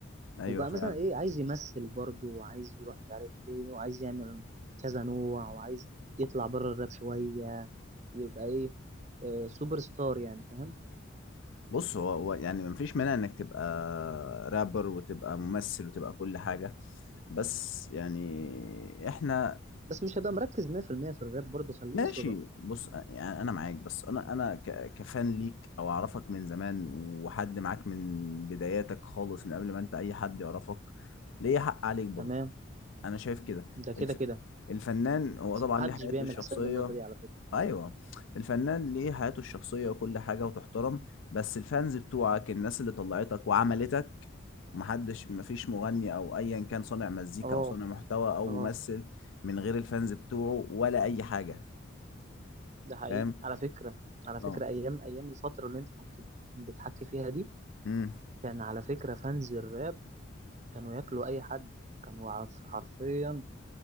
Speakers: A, on the left; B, on the right.
A: ايوه
B: وبقى
A: فعلا
B: مثلا ايه عايز يمثل برضه وعايز يروح مش عارف ايه وعايز يعمل كذا نوع وعايز يطلع بره الراب شوية يبقى ايه آه، سوبر ستار يعني فاهم
A: بص هو هو يعني مفيش مانع انك تبقى رابر وتبقى ممثل وتبقى كل حاجة بس يعني احنا
B: بس مش هبقى مركز 100% في المية في الراب برضه خلينا
A: ماشي
B: صدق
A: بص يعني انا معاك بس انا انا ك- كفان ليك او اعرفك من زمان وحد معاك من بداياتك خالص من قبل ما انت اي حد يعرفك ليه حق عليك برضه
B: تمام
A: انا شايف كده
B: ده كده
A: الف...
B: كده
A: الفنان هو
B: بس
A: طبعا
B: محدش
A: ليه حياته
B: بيعمل
A: الشخصية
B: حساب النقطة دي على فكرة
A: ايوه الفنان ليه حياته الشخصية وكل حاجة وتحترم بس الفانز بتوعك الناس اللي طلعتك وعملتك محدش مفيش مغني او ايا كان صانع مزيكا
B: اه
A: او صانع محتوى او
B: اه
A: ممثل من غير الفانز بتوعه ولا اي حاجة
B: ده حقيقي
A: فاهم
B: على فكرة على فكرة
A: اه
B: ايام ايام الفترة اللي انت كنت بتحكي فيها دي
A: امم
B: كان على فكرة فانز الراب كانوا ياكلوا أي حد كانوا عف- حرفيا